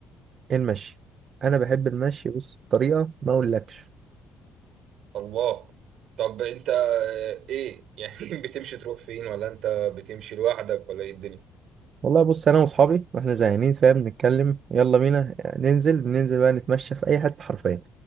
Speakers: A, on the right; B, on the right.
A: المشي أنا بحب المشي بص بطريقة ما أقولكش
B: الله طب انت آه، ايه يعني <laughs> بتمشي تروح فين ولا انت بتمشي لوحدك ولا ايه الدنيا
A: والله بص أنا وأصحابي وإحنا زهقانين فاهم نتكلم يلا بينا ننزل ننزل بقى نتمشى في أي حتة حرفيا